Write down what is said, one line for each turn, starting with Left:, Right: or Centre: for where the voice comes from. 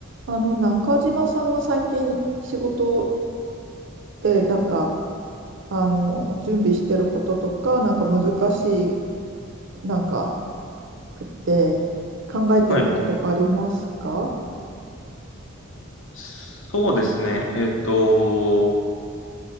Right: あの、中島さんは最近仕事でなんか、あの、準備してることとか、なんか難しい、なんか、くって考えてることとかありますか
Left: はい。そうですね。えっと、